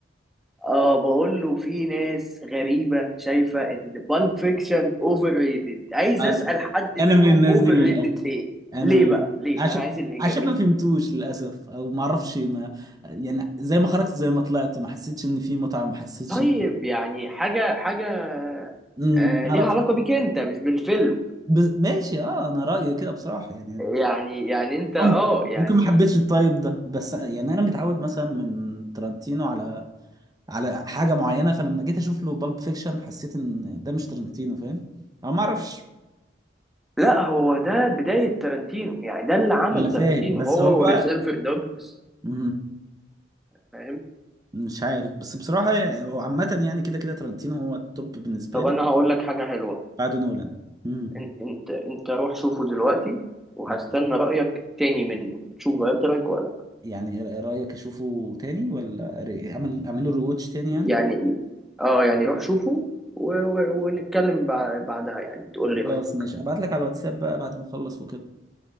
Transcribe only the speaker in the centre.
اه بقول له في ناس غريبه شايفه ان بالب فيكشن اوفر ريتد عايز
اسال حد منهم
اوفر
ريتد ليه
ليه
بقى ليه
انا عايز الاجابه
طيب
يعني حاجه حاجه
آه ليها
علاقه بيك انت مش بالفيلم
يعني يعني انت اه
يعني
لا هو ده بداية تارانتينو يعني ده اللي عمل
تارانتينو
هو
وريزيرفر دوجز
فاهم
طب
انا هقول لك حاجة حلوة
إن- انت انت روح شوفه دلوقتي وهستنى
رأيك تاني منه تشوف غيرت رأيك ولا لا
يعني اه يعني روح شوفه و... و... ونتكلم بع- بعدها يعني تقول لي رأيك